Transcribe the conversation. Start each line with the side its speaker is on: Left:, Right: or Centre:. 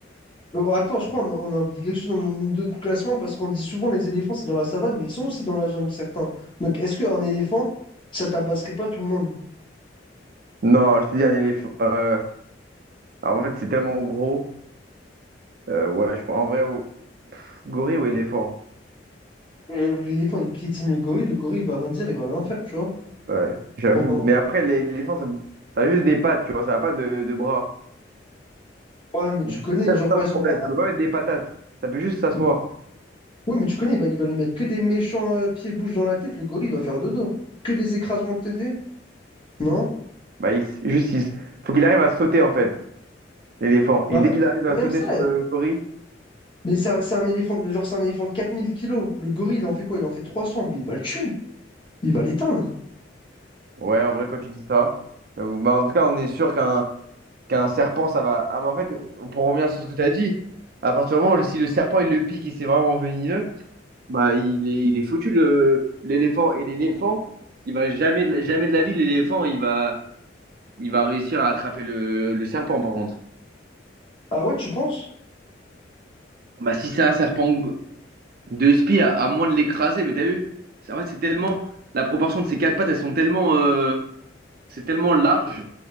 Left: Alors, attends, je crois qu'on a, on a oublié quelque chose dans notre classement parce qu'on dit souvent les éléphants, c'est dans la savane, mais ils sont aussi dans la jungle, certains. Donc, est-ce qu'un éléphant, ça tabasserait pas tout le monde?
Right: Non, je te dis un éléphant. euh, alors, en fait, c'est tellement gros. Euh, ouais, je pense en vrai, au- gorille ou éléphant?
Left: Euh, L'éléphant, il piétine le gorille, le gorille, il va rien dire, il va rien faire, tu vois,
Right: Ouais, j'avoue.
Left: pour moi.
Right: Mais après, l'é- l'éléphant, ça, ça a juste des pattes, tu vois, ça n'a pas de, de bras.
Left: Ouais, mais
Right: Donc,
Left: tu connais,
Right: C'est ça,
Left: genre
Right: c'est ça
Left: par
Right: le
Left: exemple,
Right: problème,
Left: un-
Right: ça peut pas mettre des patates, ça peut juste s'asseoir.
Left: un- ouais, mais tu connais, il va, il va lui mettre que des méchants euh, pieds-bouches dans la tête, le gorille, il va faire dodo. Que des écrasements de TD? Non?
Right: Bah, il, s- juste, il s- faut qu'il arrive à sauter, en fait, l'éléphant.
Left: Bah,
Right: Et dès
Left: même,
Right: qu'il arrive à
Left: même
Right: sauter
Left: ça,
Right: sur le gorille,
Left: mais c'est un, c'est un éléphant, de- genre, c'est un éléphant de 4000 kilos. Le gorille, il en fait quoi? Il en fait 300, mais il va le tuer. Il va l'éteindre.
Right: ouais, en vrai, quand tu dis ça, j'avoue. Bah, en tout cas, on est sûr qu'un qu'un serpent, ça va. Ah, mais en fait, pour revenir sur ce que tu as dit, à partir du moment où si le serpent, il le pique et c'est vraiment venimeux, bah, il est, il est foutu, le- l'éléphant. Et l'éléphant, il va jamais, de la- jamais de la vie, l'éléphant, il va. Il va réussir à attraper le, le serpent, par contre.
Left: Ah ouais, tu penses?
Right: Bah, si c'est un serpent de spi, à, à moins de l'écraser, mais t'as vu? C'est- En fait, c'est tellement. La proportion de ses quatre pattes, elles sont tellement. euh, c'est tellement large.